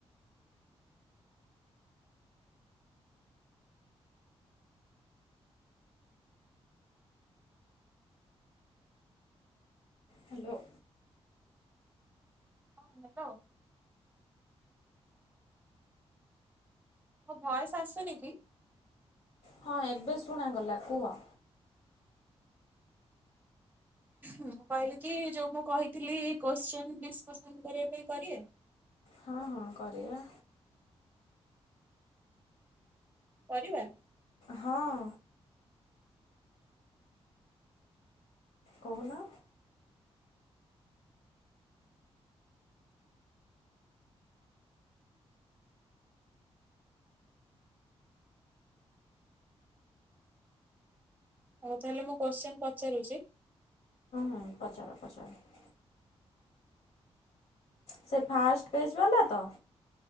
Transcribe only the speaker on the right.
ହଁ ହେଲୋ ମୋ ଭୟସ ଆସୁନି କି?
ମୁ କହିଲି କି ଯୋଉ ମୁଁ କହିଥିଲି କୋଶ୍ଚନ ଡିସକସନ କରିବା ପାଇଁ କରିବା।
ପରିବା?
ହଉ ତାହେଲେ ମୁଁ କୋଶ୍ଚିନ ପଚାରୁଛି।